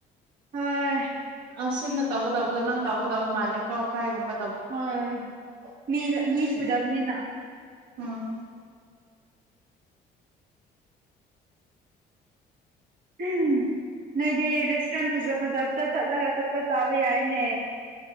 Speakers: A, on the right; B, on the right.
A: ꯍꯣꯏ
B: ꯑꯁꯤꯝꯅ ꯇꯧꯒꯗꯕꯗꯣ ꯅꯪꯅ ꯇꯧꯒꯗꯕ ꯃꯥꯜꯂꯦ ꯀꯥꯎꯐꯥꯏꯒꯨꯝꯕ
A: ꯍꯣꯏ ꯃꯤ ꯃꯤ ꯁꯨꯗꯝꯅꯤꯅꯥ
B: ꯎꯝ
A: ꯎꯝ ꯅꯣꯏꯗꯤ ꯔꯤꯁ ꯇꯦꯟꯖ <inaudible> <unintelligible> ꯐꯖꯕꯗ ꯆꯠꯂꯒ ꯆꯠꯄ ꯆꯥꯕ ꯌꯥꯏꯅꯦ